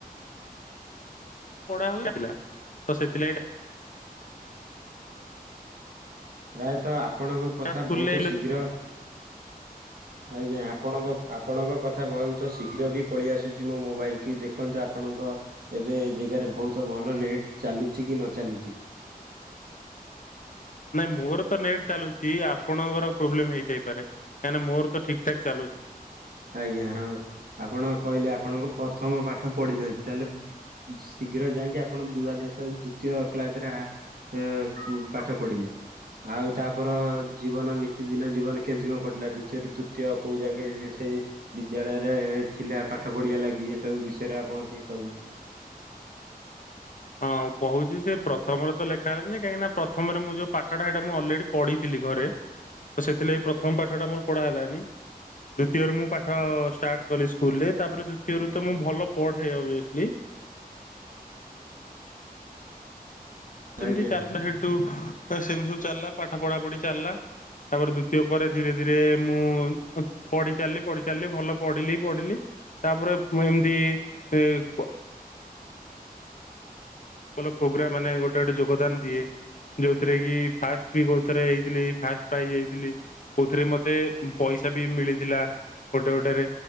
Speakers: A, on the left (about 55°); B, on the right (about 70°).
A: ପା <unintelligible> ସେଥିଲାଗି
B: ପ୍ରାୟତଃ ଆପଣଙ୍କ କଥା
A: ସ୍କୁଲ
B: ବହୁତ ଶୀଘ୍ର ଆଜ୍ଞା ଆପଣଙ୍କ ଆପଣଙ୍କ କଥା ବହୁତ ଶୀଘ୍ର ବି ପଳେଇ ଆସୁଛି ମୋ ମୋବାଇଲ କି ଦେଖନ୍ତୁ ଆପଣଙ୍କ ଏବେ ଜେଗାରେ ବହୁତ ଭଲ ନେଟ ଚାଲୁଛି କି ନ ଚାଲୁଛି।
A: ନାଇଁ ମୋର ତ ନେଟ୍ ଚାଲୁଛି, ଆପଣଙ୍କର ପ୍ରୋବ୍ଲେମ ହେଇଥାଇପାରେ। କାହିଙ୍କିନା ମୋର ତ ଠିକ ଠାକ ଚାଲୁଛି।
B: ଆଜ୍ଞା ହଉ ଆପଣ କହିଲେ ଆପଣଙ୍କ ପ୍ରଥମ ପାଠ ପଢିନାହାଁନ୍ତି। ତାହେଲେ ପୁ ପୁ ଶୀଘ୍ର ଯାଇକି ଆପଣ ଦୁଆଦଶ ଦୂ ଦୂତୀୟ କ୍ଲାସରେ ଆଁ ଏ ପାଠ ପଢିଲେ ଆଉ ତାପର ଜୀବନ ନିତିଦିନ ଜୀବନ କେମିତି କଣ କଟିଲା। ଦ୍ୱତୀୟରୁ ତୃତୀୟ କେଉଁ ଯାକେ ସେଇ ବିଦ୍ୟାଳୟରେ ଏ ଥିଲା ପାଠ ପଢିବା ଲାଗି ଏ ସବୁ ବିଷୟରେ ଆପଣ ଟିକେ କହିବେ?
A: ହଁ କହୁଛି ସେ ପ୍ରଥମରେ ତ ଲେଖା ହେଲାନି। କାହିଁକିନା ପ୍ରଥମରେ ମୁଁ ଯୋଉ ପାଠଟା ସେଇଟା ମୁଁ ଅଲରେଡି ପଢିଥିଲି ଘରେ ତ ସେଥିଲାଗି ପ୍ରଥମ ପାଠ ଟା ମୋର ପଢା ହେଲାନି। ଦ୍ଵିତୀୟରୁ ମୁଁ ପାଠ ଷ୍ଟାର୍ଟ କଲି ସ୍କୁଲରେ। ତାପରେ ଦ୍ଵିତୀୟରୁ ତ ମୁଁ ଭଲ ପଢେ ଅବେସଲି। ସେମିତି
B: ଆଜ୍ଞା
A: ଚାଲିଲା ସେଇଠୁ ସେମିତି ସବୁ ଚାଲିଲା ପାଠ ପଢା ପଢି ଚାଲିଲା। ତାପରେ ଦ୍ଵିତୀୟ ପରେ ଧୀରେ ଧୀରେ ମୁଁ ପଢିଚାଲିଲି ପଢି ଚାଲିଲି ଭଲ ପଢିଲି ପଢିଲି ତାପରେ ଏମିତି ଇ ଭଲ ପ୍ରୋଗ୍ରା ମାନେ ଗୋଟେ ଗୋଟେ ଯୋଗଦାନ ଦିଏ। ଯୋଉଥିରେ କି ଫାଷ୍ଟ ବି କୋଉ ଥରେ ହେଇଥିଲି, ଫାଷ୍ଟ ପ୍ରାଇଜ ହେଇଥିଲି। କଉଥିରେ ମତେ ପଇସା ବି ମିଳିଥିଲା। ଗୋଟେ ଗୋଟେରେ